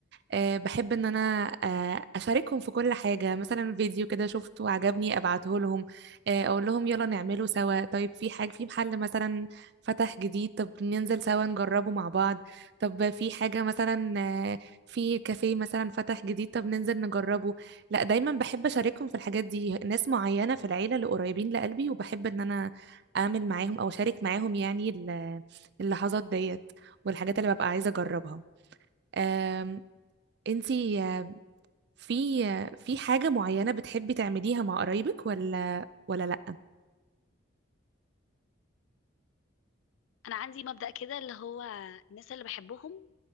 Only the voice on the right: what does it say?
أه بحب ان انا أه اشاركهم في كل حاجه مثلا فيديو كده شفته عجبني ابعته لهم أه اقول لهم يلا نعمله سوا طيب في حاجه في محل مثلا فتح جديد طب ننزل سوا نجربه مع بعض طب في حاجه مثلا آه، في كافيه مثلا فتح جديد طب ننزل نجربه لا دايما بحب اشاركهم في الحاجات دي ناس معينه في العيله اللي قريبين لقلبي وبحب ان انا اعمل معاهم او اشارك معاهم يعني ال- اللحظات ديت والحاجات اللي ببقى عايزه اجربها أم، انتي آه، في آه، في حاجه معينه بتحبي تعمليها مع قرايبك ولا ولا لا